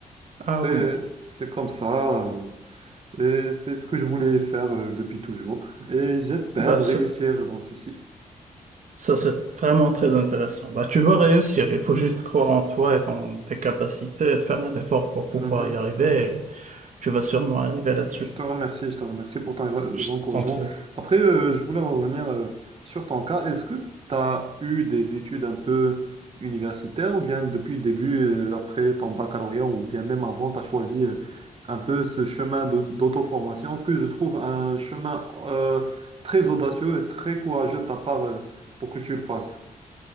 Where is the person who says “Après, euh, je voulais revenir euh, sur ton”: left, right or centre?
Right